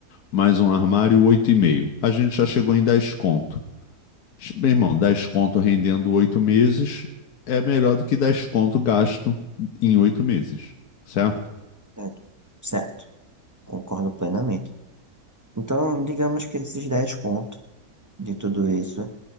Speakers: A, on the left; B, on the right.
A: Mais um armário, oito e meio A gente já chegou em 10 conto. Meu irmão, 10 conto rendendo 8 meses é melhor do que 10 conto gasto em 8 meses, certo?
B: Certo, certo, concordo plenamente. Então, digamos que esses 10 pontos de tudo isso